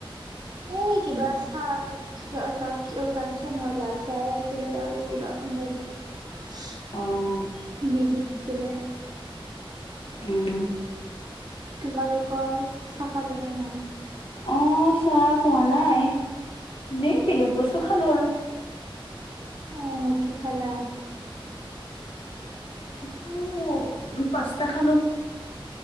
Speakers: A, on the right; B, on the left.
A: এই কিবা চাহা গাখীৰ চাহ নহয় লাল চাহ আছিলে আৰু কিবা। মেগী-মেগী
B: অ',
A: দিছিলে।
B: উম।
A: তোমালোকৰ চাহ খালে নে নাই?
B: অহ, চাহ খোৱা নাই, এনেই বেলেগ বস্তু খালো আৰু।
A: অহ, কি খালা?
B: এইটো পাস্তা খালো।